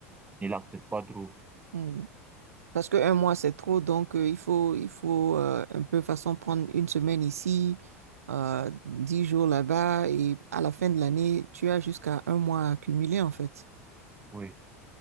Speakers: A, on the right (about 15°); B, on the right (about 80°).
A: ne l'acceptent pas trop.
B: Hmm. Parce que un mois, c'est trop. Donc, euh, il faut, il faut euh, un peu façon prendre une semaine ici, euh, dix jours là-bas et à la fin de l'année, tu as jusqu'à un mois à accumuler, en fait.
A: Oui,